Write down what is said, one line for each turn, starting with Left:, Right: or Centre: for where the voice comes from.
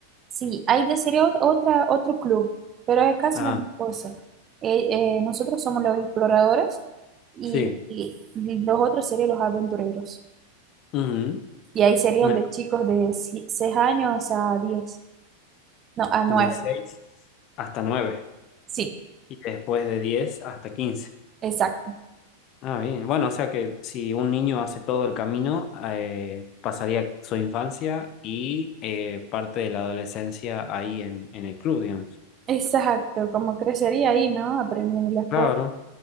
Right: sí, hay de sería ot- otra, otro club, pero es casi
Left: Ah,
Right: la misma cosa. Eh, eh, nosotros somos los exploradores y,
Left: sí.
Right: y los otros serían los aventureros.
Left: Ujú.
Right: Y ahí serían
Left: Me-
Right: de chicos de si, 6 años a 10, no, a nueve.
Left: De 6 hasta 9
Right: sí,
Left: y después de 10 hasta 15.
Right: exacto,
Left: Ah, bien. Bueno, o sea que si un niño hace todo el camino, eh, pasaría su infancia y eh, parte de la adolescencia ahí en, en el club, digamos.
Right: exacto, como crecería ahí, ¿no? Aprendiendo las
Left: Claro.
Right: cosas